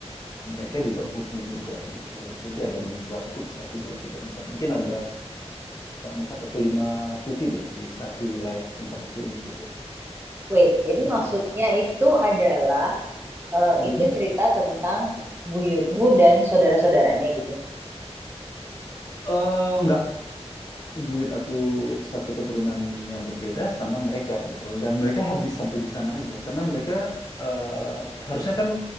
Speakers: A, on the left; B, on the right.
A: mereka juga putih juga gitu loh. Jadi ada beberapa putih satu dua tiga empat, mungkin ada eh, empat atau lima putih deh di satu wilayah tempat aku ini gitu.
B: Wait, jadi
A: Nah,
B: maksudnya itu adalah eh,
A: mhm.
B: itu cerita tentang buyutmu dan saudara-saudaranya gitu.
A: Eh, nggak buat aku satu keturunan yang berbeda sama mereka gitu loh. Dan mereka habis sampai di sana aja karena mereka eh, harusnya kan